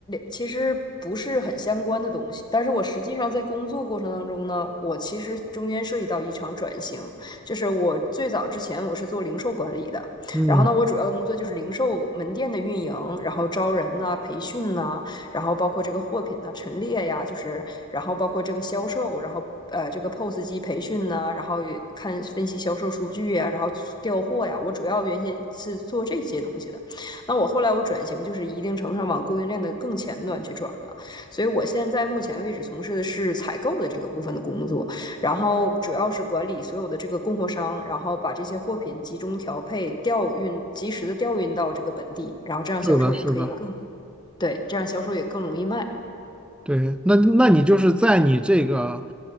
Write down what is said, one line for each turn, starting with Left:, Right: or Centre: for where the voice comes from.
Left: 其实不是很相关的东西。但是我实际上在工作过程当中呢，我其实中间涉及到一场转型，就是我最早之前我是做零售管理的，
Centre: 嗯，
Left: 然后呢，我主要的工作就是零售门店的运营，然后招人呐、啊培训呐、啊然后包括这个货品呢陈列呀，就是然后包括这个销售，然后呃这个 POS 机培训呐、然后看分析销售数据呀，然后调货呀，我主要原先是做这些东西的。那我后来我转型，就是一定程度上往供应链的更前端去转了。所以我现在目前为止从事的是采购的这个部分的工作，然后主要是管理所有的这个供货商，然后把这些货品集中调配、调运、及时的调运到这个本地，然后这样销售也可以更
Centre: 是的，是的。
Left: 对，这样销售也更容易卖。
Centre: 对，那那你就是在你这个